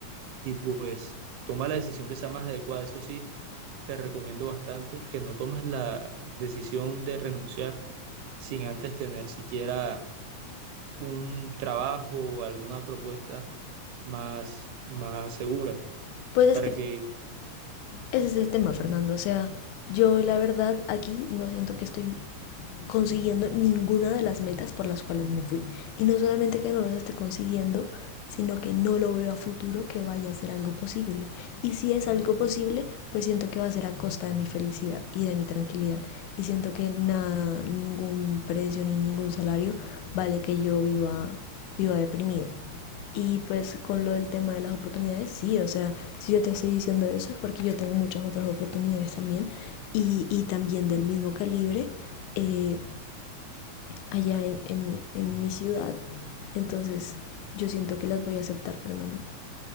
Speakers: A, on the right; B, on the left.
A: Y pues toma la decisión que sea más adecuada, eso sí, te recomiendo bastante que no tomes la decisión de renunciar sin antes tener siquiera un trabajo o alguna propuesta más, más segura.
B: Pues es
A: Para
B: que
A: que,
B: ese es el tema, Fernando. O sea, yo la verdad aquí no siento que estoy consiguiendo ninguna de las metas por las cuales me fui. Y no solamente que no los esté consiguiendo, sino que no lo veo a futuro que vaya a ser algo posible. Y si es algo posible, pues siento que va a ser a costa de mi felicidad y de mi tranquilidad. Y siento que nada, ningún precio ni ningún salario vale que yo viva, viva deprimido. Y pues con lo del tema de las oportunidades, sí, o sea, si yo te estoy diciendo eso es porque yo tengo muchas otras oportunidades también y, y también del mismo calibre, eh, allá en, en, en mi ciudad. Entonces yo siento que las voy a aceptar, Fernando.